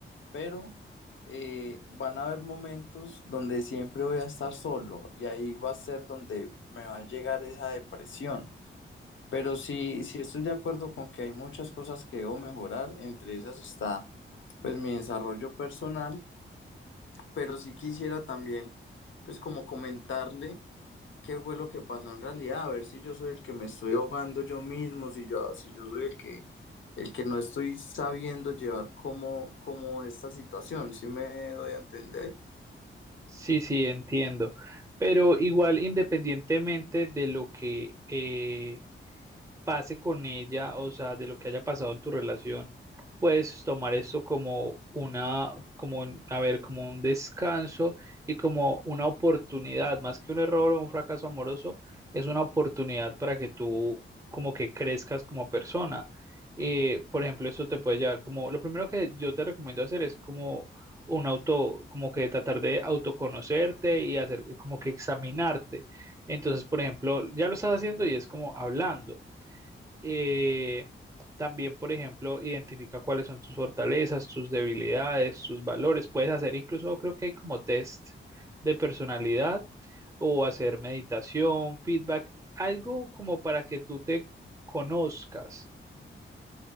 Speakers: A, on the left; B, on the right.
A: pero eh, van a haber momentos donde siempre voy a estar solo y ahí va a ser donde me va a llegar esa depresión. Pero sí, sí estoy de acuerdo con que hay muchas cosas que debo mejorar, entre esas está pues mi desarrollo personal, pero sí quisiera también pues como comentarle qué fue lo que pasó en realidad, a ver si yo soy el que me estoy ahogando yo mismo, si yo, si yo soy el que, el que no estoy sabiendo llevar como, como esta situación, si me doy a entender?
B: Sí, sí, entiendo. Pero igual, independientemente de lo que... eh, pase con ella, o sea, de lo que haya pasado en tu relación, puedes tomar esto como una, como, un- a ver, como un descanso y como una oportunidad, más que un error o un fracaso amoroso, es una oportunidad para que tú como que crezcas como persona. Eh, por ejemplo, eso te puede llevar como, lo primero que yo te recomiendo hacer es como un auto, como que tratar de autoconocerte y hacer como que examinarte. Entonces, por ejemplo, ya lo estás haciendo y es como hablando. Eh, también, por ejemplo, identifica cuáles son tus fortalezas, tus debilidades, tus valores. Puedes hacer incluso, creo que hay como test de personalidad o hacer meditación, feedback, algo como para que tú te conozcas.